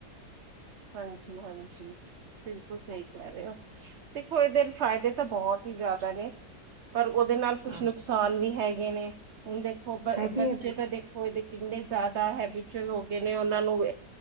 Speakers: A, on the right (about 50°); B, on the right (about 25°).
A: ਹਾਂਜੀ। ਹਾਂਜੀ। ਬਿਲਕੁਲ ਸਹੀ ਕਹਿ ਰਹੇ ਹੋ। ਦੇਖੋ ਇਹ ਦਿਨ ਫਾਇਦੇ ਤਾਂ ਬਹੁਤ ਹੀ ਜ਼ਿਆਦਾ ਨੇ। ਪਰ ਉਹਦੇ ਨਾਲ ਕੁਛ
B: ਹਾਂ
A: ਨੁਕਸਾਨ ਵੀ ਹੈਗੇ ਨੇ ਹੁਣ ਦੇਖੋ ਬ
B: ਹੈਗੀ
A: ਬੱਚੇ
B: ਹੈ ਬਿਲਕੁਲ
A: ਤਾਂ ਦੇਖ। ਹੋਏਦੇ ਕਿੰਨੇ ਜ਼ਿਆਦਾ ਹੈਬੀ ਹੋ ਗਏ ਨੇ ਉਹਨਾਂ ਨੂੰ